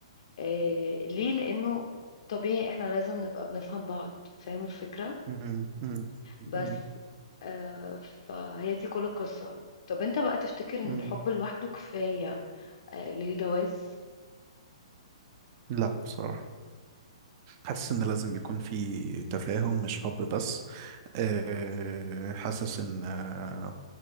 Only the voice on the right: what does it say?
مم، مم،
مم،
مم.
لا بصراحة حاسس ان لازم يكون في تفاهم مش حب بس أه حاسس ان أه